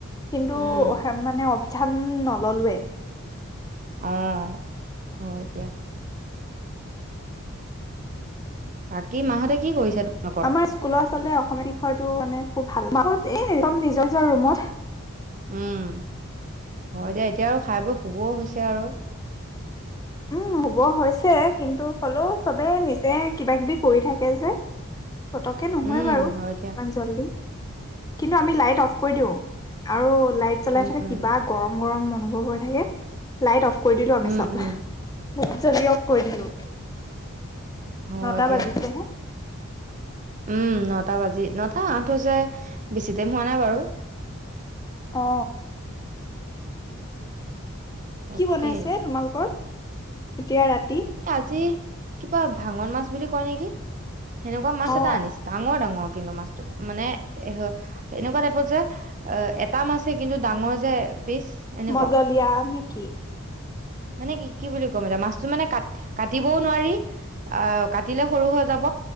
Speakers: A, on the left; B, on the right.
A: কিন্তু
B: উম
A: মানে অভি। ধান নললোৱে।
B: অ হয় দিয়া। বাকী মাহতে কি কৰিছে। তোমালোকৰ
A: আমাৰ স্কুলত আচলতে অসমীয়া বিষয়টো মানে খুব। ভাল মত এইদম নিজৰ নিজৰ ৰুমত।
B: উম হয় দেিয় এতিয়া আৰু খাই বোৰ শুবও হৈছে আৰু।
A: উম শুব হৈছে কিন্তু হলেও চবে নিজে কিবা কিবি কৰি থাকে যে। পতকে নহয়
B: উম
A: বাৰু
B: হয় দিয়া
A: ইমান জল্দি। কিন্তু আমি লাইট অফ কৰি দিওঁ আৰু লাইট জ্বলাই
B: উম
A: থ'লে
B: উম
A: কিবা গৰম। গৰম অনুভৱ হৈ থাকে লাইট অফ। কৈ দিলো আমি
B: উম
A: চব।
B: উম
A: বহুত জলদি অফ কৰি দিলো।
B: হয়
A: নটা
B: দিয়া
A: বাজিছেহে।
B: উম নটা বাজি, নটা আঠ হৈছে বেছি টাইম হোৱা নাই বাৰু।
A: অ।
B: তাকেই
A: কি বনাইছে তোমালোকৰ এতিয়া ৰাতি?
B: এ আজি কিবা ভাঙন মাছ বুলি কয় নেকি? সেনেকোৱা মাছ
A: অ
B: এটা আনিছে, ডাঙৰ ডাঙৰ। কিন্তু মাছটো মানে এ এনেকোৱা টাইপত যে এটা মাছেই কিন্তু ডাঙৰ যে পিচ এনেকুৱা
A: মজলীয়া নেকি?
B: মানে কি কি বুলি ক'ম এতিয়া মাছটো মানে কাট কাটিবও নোৱাৰি, আহ কাটিলে সৰু হৈ যাব।